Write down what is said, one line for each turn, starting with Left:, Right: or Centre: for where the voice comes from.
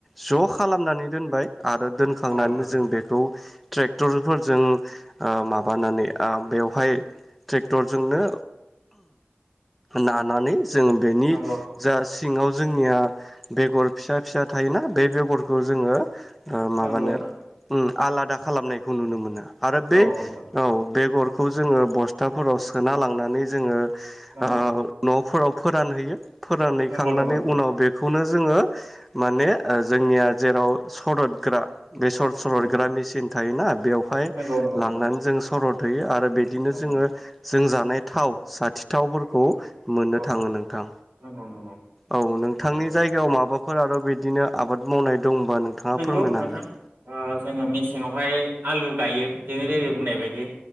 Centre: ज' खालामनानै दोनबाय आरो दोनखांनानै
Right: औ नोंथां
Centre: जों बेखौ ट्रेक्टरफोरजों ओ माबानानै ओ बेवहाय ट्रेक्टरजोंनो नानानै जों बेनि
Right: नंगौ
Centre: जा सिङाव जोंनिया बेगर फिसा फिसा थायोना बे बेगरखौ जोङो ओ माबानो
Right: नंगौ नोंथां
Centre: ओम आलादा खालामनायखौ नुनो मोना। आरो बे
Right: औ नोंथां
Centre: औ बेगर <unintelligible> जोङो बस्थाफोराव सोना लांनानै जोङो
Right: नंगौ
Centre: ओ न'फोराव फोरानहैयो। फोरानहैखांनानै
Right: नंगौ नंगौ नोंथां
Centre: उनाव बेखौनो जोङो माने ओ जोंनिया जेराव सरदग्रा बेसर सरदग्रा
Right: उम
Centre: मेसिन थायोना बेवहाय
Right: नंगौ नंगौ नोंथां
Centre: लांनानै जों सरद बेयो आरो बिदिनो
Right: नंगौ
Centre: जोङो जों जानाय थाव जाथिथाव <unintelligible>
Right: औ
Centre: मोननो
Right: औ
Centre: थाङो नोंथां
Right: नंगौ नंगौ
Centre: औ नोंथांनि
Right: नंगौ नोंथां
Centre: जायगायाव <unintelligible> <unintelligible> आरो बिदिनो आबाद मावनाय दंबा नोंथाङा
Right: नंगौ
Centre: फोरमायनो
Right: नोंथां
Centre: हागोन।
Right: ओ जोङो मेसेङावहाय आलु गायो नोङो जेरै बुंनाय बायदि